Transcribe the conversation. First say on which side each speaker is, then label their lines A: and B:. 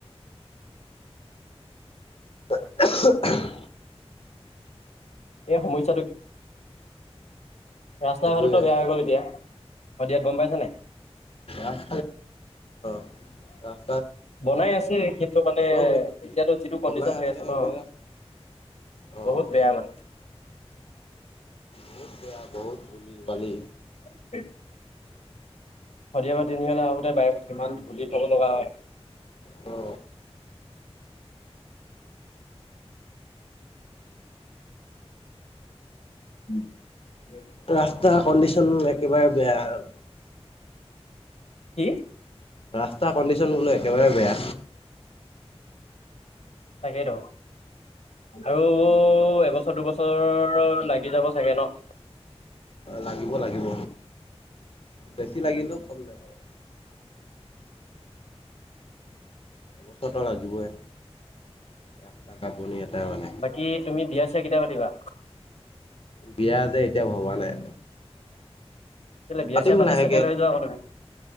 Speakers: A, on the left; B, on the left.
A: <unintelligible>
B: এই সমস্যাটো, ৰাস্তা
A: সেইটোৱে
B: ঘাটতো বেয়া হৈ গল এতিয়া। শদিয়াত গম পাইছা নাই?
A: অহ আহ <unintelligible>
B: বনাই আছে কিন্তু মানে
A: মেইন
B: এতিয়াতো যিটো কণ্ডিচন
A: বনাই
B: হৈ আছে ন
A: মেইন ৰাস্তা অঁ
B: বহুত বেয়া মানে।
A: বহুত বেয়া বহুত ধূলি বালি
B: <unintelligible> শদিয়া পৰা তিনিচুকীয়া আহোতে বাইকত কিমান ধূলি খাব লগা হয়।
A: অ
B: <unintelligible>
A: ৰাস্তাৰ কণ্ডিচন একেবাৰে বেয়া আৰু।
B: সি
A: ৰাস্তা কণ্ডিচন বো একেবাৰে বেয়া।
B: তাকেই ত আৰু এবছৰ দুবছ- তৰ লাগি যাব চাগে ন।
A: লাগিব লাগিব। বেছি লাগিলেও কম নালাগে। এবছৰতৰ লাগিবই। ৰাস্তা ঘাট বনি এটাই মানে
B: বাকী তুমি বিয়া চিয়া কেতিয়া পাতিবা?
A: বিয়া যে এতিয়া ভবা নাই,
B: কেলে বিয়া
A: পাতিম
B: চিয়া পাতি
A: লাহেকে।
B: চেটেল হৈ যোৱা আকৌ তুমি।